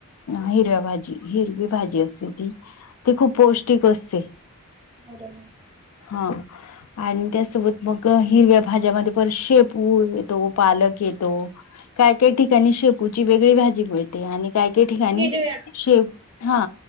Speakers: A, on the left; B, on the right.
A: हिरव्या भाजी हिरवी भाजी असते ती ती खूप पौष्टिक असते.
B: बरं बरं
A: हा आणि त्यासोबत मग हिरव्या भाज्यामध्ये पर शेपू येतो पालक येतो काही काही ठिकाणी शेपूची वेगळी भाजी मिळते आणि काही काही ठिकाणी
B: हिरव्या
A: शेप हा